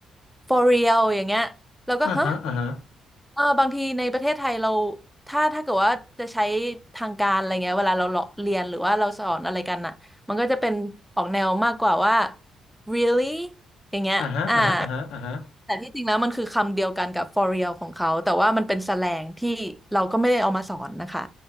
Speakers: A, in the centre; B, on the left (about 80°).
A: for real อย่างเงี้ยเราก็ฮะ
B: อ่าฮะอ่าฮะ
A: เออบางทีในประเทศไทยเราถ้าถ้าเกิดว่าจะใช้ทางการอะไรเงี้ยเวลาเราเลาะเรียนหรือว่าเราสอนอะไรกันน่ะ มันก็จะเป็นออกแนวมากกว่าว่า really อย่างเงี้ยอ่า
B: อ่าฮะอ่าฮะอ่าฮะอ่าฮะ
A: แต่ที่จริงแล้วมันคือคำเดียวกันกับ for real ของเขาแต่ว่ามันเป็นแสแลงที่เราก็ไม่ได้เอามาสอนนะคะ